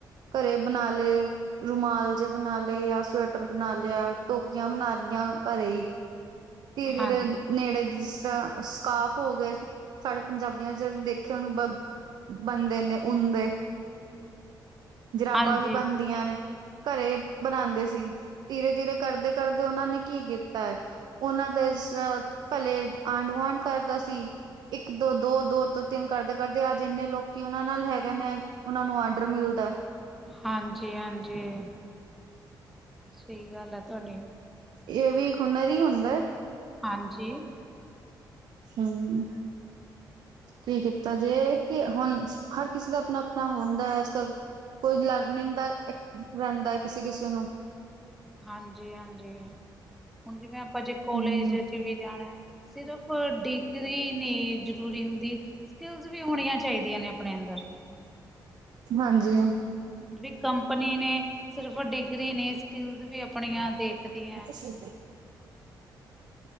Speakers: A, on the right; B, in the centre.
A: ਘਰੇ ਬਣਾ ਲੇ ਰੁਮਾਲ ਜੇ ਬਣਾ ਲੇ ਜਾਂ ਸਵੈਟਰ, ਬਣਾ ਲਿਆ ਟੋਪੀਆਂ ਬਣਾ ਲੀਆਂ ਘਰੇ ਈ। ਤੀ ਫਿਰ
B: ਹਾਂਜੀ,
A: ਨੇੜੇ ਦਿਸ ਸਕਾਫ ਹੋ ਗਏ ਸਾਡੇ ਪੰਜਾਬੀਆਂ ਚ ਦੇਖਿਆ ਓਨੂੰ ਬਣਦੇ ਨੇ ਊਨ ਦੇ ਜਰਾਬਾਂ
B: ਹਾਂਜੀ।
A: ਵੀ ਬਨਦੀਆਂ ਨੇ। ਘਰੇ ਬਨਾਦੇ ਸੀ ਧੀਰੇ-ਧੀਰੇ ਕਰਦੇ-ਕਰਦੇ ਓਨਾਂ ਨੇ ਕੀ ਕੀਤਾ ਐ। ਓਨਾਂ ਦੇ ਜਿਸ ਤਰ੍ਹਾ ਪੈਲੇ ਆਂਢ-ਗੁਆਂਢ ਕਰਦਾ ਸੀ। ਇੱਕ ਤੋ ਦੋ, ਦੋ ਤੋ ਤਿੰਨ ਕਰਦੇ-ਕਰਦੇ ਅੱਜ ਏਨੇ ਲੋਕੀ ਓਨਾਂ ਨਾਲ ਹੈਗੇ ਨੇ। ਓਨਾਂ ਨੂੰ ਆਡਰ ਮਿਲਦਾ।
B: ਹਾਂਜੀ-ਹਾਂਜੀ, ਸਈ ਗੱਲ ਐ ਤੁਆਡੀ।
A: ਏ ਵੀ ਹੁਨਰ ਈ ਹੁੰਦਾ।
B: ਹਾਂਜੀ।
A: ਹੂੰ। ਕੀ ਕੀਤਾ ਜੇ ਕਿ ਹੁਣ ਹਰ ਕਿਸੇ ਦਾ ਆਪਣਾ-ਆਪਣਾ ਹੁੰਦਾ ਅੱਜਕੱਲ੍ਹ ਕੋਈ ਲਰਨਿੰਗ ਦਾ ਰੈਂਦਾ ਐ ਕਿਸੇ-ਕਿਸੇ ਨੂੰ
B: ਹਾਂਜੀ-ਹਾਂਜੀ, ਹੁਣ ਜਿਵੇਂ ਆਪਾਂ ਜੇ ਕਾਲਜ
A: ਹੂੰ
B: 'ਚ ਵੀ ਜਾਣਾ ਹੈ। ਸਿਰਫ਼ ਡੀਗਰੀ ਨੀ ਜ਼ਰੂਰੀ ਹੁੰਦੀ। ਸਕਿਲਜ ਵੀ ਹੋਣੀਆਂ ਚਾਹੀਦੀਆਂ ਨੇ ਆਪਣੇ ਅੰਦਰ
A: ਹਾਂਜੀ।
B: ਜੇੜੀ ਕੰਪਨੀ ਨੇ ਸਿਰਫ਼ ਡਿਗਰੀ ਨੀ ਸਕਿੱਲਸ ਵੀ ਆਪਣੀਆਂ ਦੇਖਦੀਆਂ।
A: <inaudible> <inaudible> ਕੀ